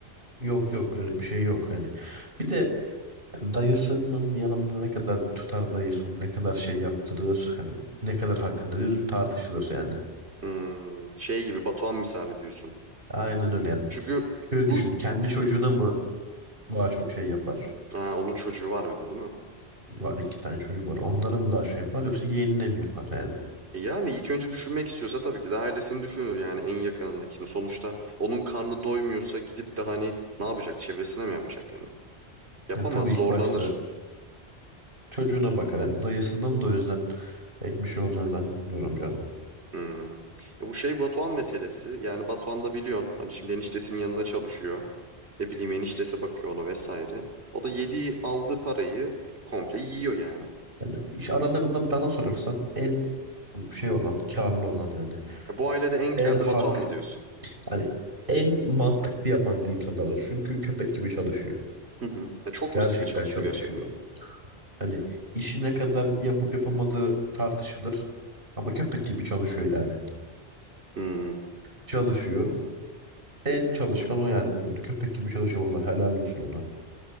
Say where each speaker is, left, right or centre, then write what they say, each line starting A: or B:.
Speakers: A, on the right; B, on the right.
A: Yok yok öyle bir şey yok hani. Bir de dayısının yanında ne kadar tutar dayısı onu ne kadar şey yaptırır hani ne kadar hakkını verir tartışılır yani.
B: Hmm, şey gibi Batuhan misali diyorsun.
A: Aynen öyle yani.
B: Çünkü
A: Şöyle
B: bu
A: düşün kendi çocuğuna mı daha çok şey yapar?
B: ha, onun çocuğu var bir de değil mi?
A: Var iki tane çocuk var. Onlara mı daha şey yapar yoksa yeğenine mi yapar yani?
B: E Yani ilk önce düşünmek istiyorsa tabii ki de ailesini düşünür yani en yakınındakini. Sonuçta onun karnı doymuyorsa gidip de hani ne yapacak? Çevresine mi yapacak hani? Yapamaz,
A: Yani tabii
B: zorlanır.
A: ilk başta çocuğuna bakar. Yani dayısından da o yüzden pek bir şey olacağını zannetmiyorum canım.
B: Hmm. E bu şey Batuhan meselesi. Yani Batuhan da biliyorsun hani şimdi eniştesinin yanında çalışıyor. Ne bileyim eniştesi bakıyor ona vesaire. O da yediği aldığı parayı komple yiyor yani.
A: Yani iş aralarında bana sorarsan en şey olan, karlı olan yani
B: E bu ailede en karlı
A: en hak,
B: Batuhan mı diyorsun?
A: hani en mantıklı yapan diyeyim sana daha doğrusu. Çünkü köpek gibi çalışıyor.
B: Hı hı. E çok
A: Gerçekten
B: mu sıkı çalışıyor
A: çalışıyor.
B: gerçekten?
A: Hani işi ne kadar yapıp yapamadığı tartışılır. Ama köpek gibi çalışıyor yani.
B: Hmm.
A: Çalışıyor. En çalışkan o yani aralarında. Köpek gibi çalışıyor. Vallahi helal olsun ona.